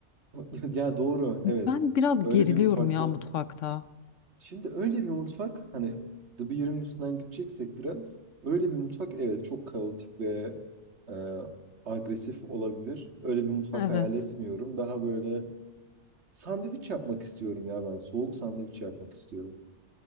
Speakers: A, on the right (about 65°); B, on the left (about 80°).
A: <laughs> Ya doğru, evet.
B: Ben biraz
A: Öyle
B: geriliyorum
A: bir mutfakta.
B: ya mutfakta.
A: Şimdi öyle bir mutfak hani The Bear'ın üstünden gideceksek biraz. Öyle bir mutfak evet çok kaotik ve e, agresif olabilir. Öyle bir mutfak
B: Evet
A: hayal etmiyorum. Daha böyle sandviç yapmak istiyorum ya ben. Soğuk sandviç yapmak istiyorum.